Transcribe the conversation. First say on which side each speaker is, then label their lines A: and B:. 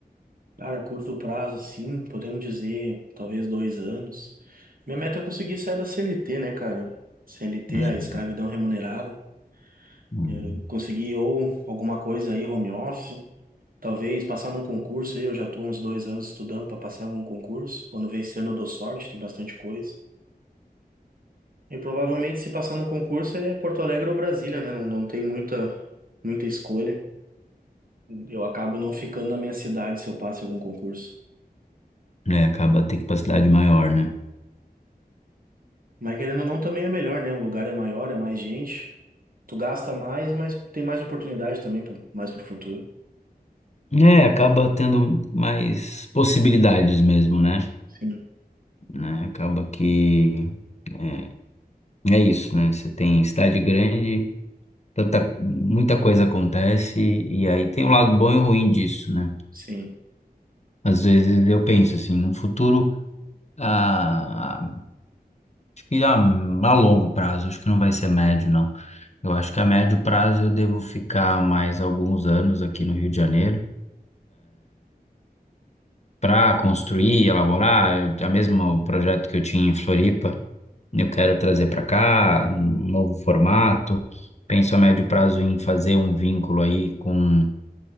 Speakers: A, on the right (about 60°); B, on the left (about 45°).
A: Cara, curto prazo, sim, podemos dizer, talvez dois anos. Minha meta é conseguir sair da CLT, né, cara? CLT,
B: Uhum.
A: a escravidão remunerada.
B: Uhum.
A: Eu conseguir ou alguma coisa aí, home office, Talvez passar num concurso aí, eu já estou uns dois anos estudando para passar em algum concurso. Quando vem esse ano eu dou sorte, tem bastante coisa. E provavelmente se passar num concurso é Porto Alegre ou Brasília, né? Não, não tem muita, muita escolha. Eu acabo não ficando na minha cidade se eu passo em algum concurso.
B: É, acaba ter capacidade maior, né?
A: Mas querendo ou não, também é melhor, né? O lugar é maior, é mais gente. Tu gasta mais, mas tem mais oportunidade também, pro- mais pro futuro.
B: É, acaba tendo mais possibilidades mesmo, né?
A: Sim,
B: Né? Acaba que é, é isso, né? Você tem cidade grande, tanta, muita coisa acontece, e aí tem um lado bom e ruim disso, né?
A: sim.
B: Às vezes eu penso assim, no futuro, a E a, a longo prazo, acho que não vai ser médio, não. Eu acho que a médio prazo eu devo ficar mais alguns anos aqui no Rio de Janeiro para construir, elaborar. Eu, a mesmo projeto que eu tinha em Floripa, eu quero trazer para cá, um novo formato. Penso a médio prazo em fazer um vínculo aí com